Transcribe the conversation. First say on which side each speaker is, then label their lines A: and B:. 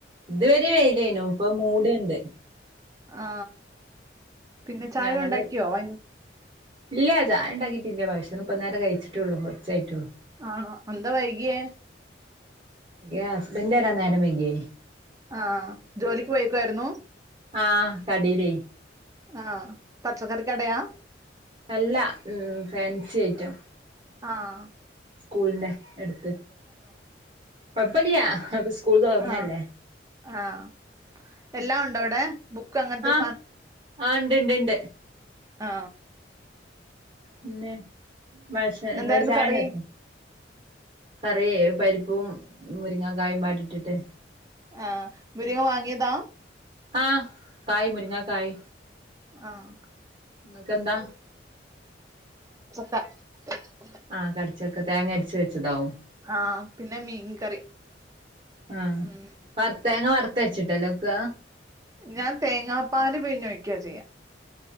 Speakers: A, on the right; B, on the right.
A: ഇതുവരെ വെയില്നു ഇപ്പൊ മൂടിണ്ട്
B: ആ പിന്നെ ചായ
A: ഞങ്ങട്
B: ഉണ്ടാക്കിയോ <unintelligible>
A: ഇല്ല ചായ ഉണ്ടാക്കിട്ടില്ല ഭക്ഷണം ഇപ്പന്നാരെ കഴിച്ചിട്ടെള്ളൂ കുറച്ചായിട്ടുള്ളൂ
B: ആ എന്താ വൈകിയേ
A: എ ഹസ്ബൻന്റ് വര നേരം വൈക്യേ
B: ആ ജോലിക്ക് പോയേക്കുവായിരുന്നു
A: ആഹ് കടയിലേ
B: ആ പച്ചക്കറി കടയാ
A: അല്ല ഉം ഫാൻസി സി ഐറ്റം
B: ആ
A: സ്കൂളിന്റെ അടുത്ത് കൊഴപ്പില്ല അത് സ്കൂൾ തുറന്നല്ലേ
B: ആഹ് ആഹ് എല്ലാം ഉണ്ടോ അവിടെ? ബുക്ക് അങ്ങനത്തെ
A: ആ ആ ഇണ്ട് ഇണ്ട് ഇണ്ട്
B: ആ
A: പിന്നെ ഭശ
B: ഇന്നെന്തായിരുന്നു
A: നിങ്ങള് ചായ
B: കറി?
A: ഉണ്ടാക്കിയ കറി പരിപ്പവും മുരിങ്ങ കായുംപാടെട്ടിട്ട്
B: ആ മുരിങ്ങ വാങ്ങിയതാ
A: ആ കായ് മുരിങ്ങ കായ്
B: ആഹ്
A: നിങ്ങക്ക് എന്താ
B: ക്ക
A: ആഹ് കടച്ചക്ക തേങ്ങ അരച്ച് വെച്ചതാവും
B: ആഹ് പിന്നെ മീൻകറി
A: ആ
B: ഉം
A: വറു തേങ്ങ വറുത്ത വെച്ചിട്ടല്ലോ കുക്ക
B: ഞാൻ തേങ്ങാപ്പാല് പിഴിഞ്ഞൊഴുക്കിയ ചെയ്യാ